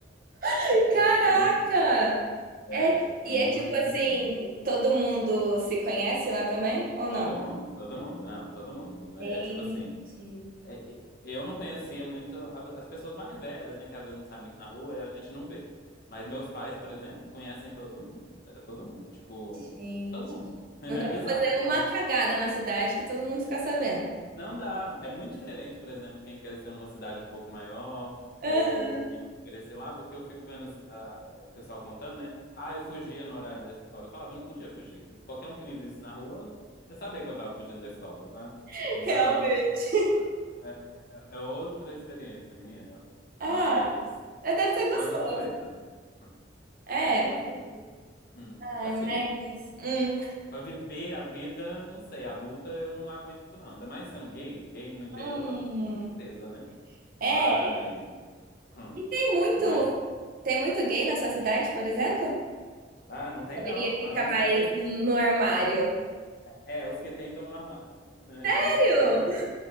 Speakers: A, on the right (about 50°); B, on the left (about 55°).
A: <laughs> Caraca!
B: Então, assim, é,
A: É,
B: é
A: e
B: muito
A: é tipo assim,
B: pequeno.
A: todo mundo se conhece lá também? Ou não?
B: Todo mundo, todo mundo, não, todo mundo. É
A: Gente,
B: tipo assim, É, e- eu não conhecia muito a- as pessoas mais velhas, né? Que às vezes não saem muito na rua e a gente não vê. Mas meus pais, por exemplo, conhecem todo mundo. É todo mundo. Tipo,
A: gente.
B: todo mundo. <laughs>
A: Não dá
B: É
A: pra
B: bizarro.
A: fazer uma cagada na cidade que todo mundo fica sabendo.
B: Não dá. É muito diferente, por exemplo, quem cresceu numa cidade um pouco maior,
A: Aham,
B: ou e eu cresci lá, porque eu fico vendo as- a- o pessoal contando, né? Ah, eu fugia no horário da escola. Eu falava, eu não podia fugir. Qualquer um que me visse na rua, eu sabia que eu tava fugindo da escola, sabe?
A: <laughs>
B: Então.
A: Realmente.
B: É, é- é outra experiência, menina.
A: Ah,
B: Mas,
A: é, deve ser gostoso.
B: mas adorei também.
A: É.
B: É, gostou, você gostou. Hum.
A: Ai,
B: Assim,
A: mas. Hum.
B: pra viver a vida, não sei, adulta eu não aguento, não. Ainda mais sendo gay. Gay no interior
A: Hum.
B: é uma tristeza, né?
A: É.
B: Mas, hum.
A: E tem muito.
B: Mas,
A: Tem muito gay na sua cidade, por exemplo?
B: ah, não tem não.
A: Eu iria ficar
B: É uns
A: mais
B: três.
A: no armário.
B: É, é, os que tem estão no armário. <laughs> Entendeu?
A: Sério?
B: <laughs>